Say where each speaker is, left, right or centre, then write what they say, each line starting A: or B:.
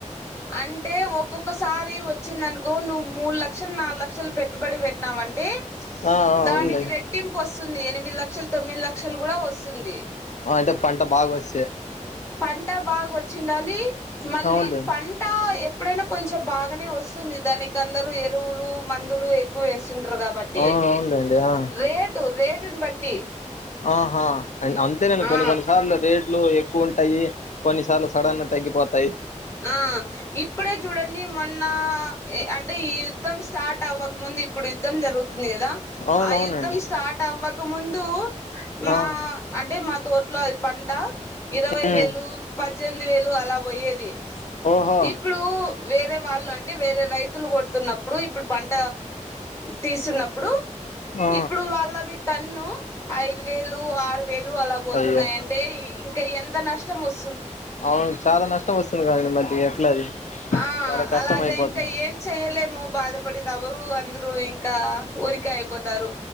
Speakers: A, on the left; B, on the left.
A: అంటే ఒక్కొక్కసారి వచ్చిందనుకో నువ్వు మూడు లక్షలు నాలుగు లక్షలు పెట్టుబడి పెట్ నావంటే
B: ఆ ఆ
A: దానికి
B: అవునులే
A: రెట్టింపు వస్ వస్తుంది ఎనిమిది లక్షలు తొమ్మిది లక్షలు కూడా వస్తుంది
B: ఆ అంటే పంట బాగా వస్తే
A: పంట బాగా వచ్చిండాలి మళ్ళీ
B: అవునులేండి
A: పంట ఎ ఇప్పుడైనా కొంచెం బాగానే వస్తుంది దానికి అందరూ ఎరువులు మందులు ఎక్కువ వేస్తుంది టరు కాబట్టి
B: అవును అవునులేండి ఆ
A: రేటు రేటుని బట్టి
B: ఆహా అంతే నం
A: ఆ
B: కొన్ని కొన్ని సార్లు రేట్ లు ఎక్కువ ఉంటాయి కొన్నిసార్లు సడన్ తగ్గిపోతాయ్.
A: ఆ ఇప్పుడే చూడండి మొన్న అంటే ఈ యుద్ధం స్టార్ట్ అవ్వక ముందు ఇప్పుడు యుద్ధం జరుగుతుంది కదా
B: అవునవునండి
A: ఆ యుద్ధం స్టార్ట్ అవ్వక ముందు మా
B: ఆ
A: అంటే మా తోట్లో పంట ఇరవై
B: ఉమ్
A: వేలు పజ్జెనిమిది వేలు ఇపుడు అలా పోయేది
B: ఓహో
A: ఇప్పుడు వేరే వాళ్ళు అంటే వేరే రైతులు కొడుతున్నప్పుడు ఇప్పుడు పంట తీస్తున్నప్పుడు
B: ఆ
A: ఇప్పుడు వాళ్ళవి టన్ను ఐదు వేలు ఆరు వేలు అలా పోతున్నాయంటే
B: అయ్యో
A: ఇంకా ఎంత నష్టం వస్తు
B: అవును చాలా నష్టం వస్తుంది కదండి మళ్ళీ ఎట్లా అది
A: ఆ
B: చాలా కష్టం
A: అలాగ
B: అయిపోతుంది
A: ఇంకా ఏం చెయ్యలేము బాధపడి తవరు అందరూ ఇంకా ఊరికే అయిపోతారు